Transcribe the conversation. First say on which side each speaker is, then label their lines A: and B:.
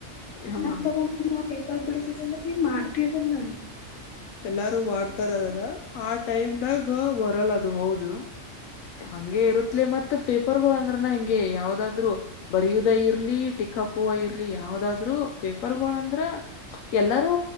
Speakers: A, on the left; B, on the left.
A: ಹ, <unintelligible>
B: ತಗೊಂಡ ಆ ಪೇಪರ್ ಬಿಡಸಿದ ಅಂದ್ರ ನೀಮಾಡ್ತರಲ್ಲ
A: ಎಲ್ಲರೂ ಮಾಡ್ತಾರಾ ಅದನ್ನು ಆ ಟೈಮ್ ಆಗೆ ಬರಲ್ಲ ಅದು ಹಂಗೆ ಇರುತ್ತಲ್ಲೆ ಮತ್ತೆ ಪೇಪರ್ ಗಳು ಅಂದ್ರನ ಹೆಂಗೆ ಯಾವದಾದ್ರು ಬರುದ ಇರ್ಲಿ ಟಿಕ್ಕಕುವ ಇರ್ಲಿ ಯಾವದಾದ್ರು ಪೇಪರ್ಗಳಗಳು ಅಂದ್ರ ಎಲ್ಲರೂ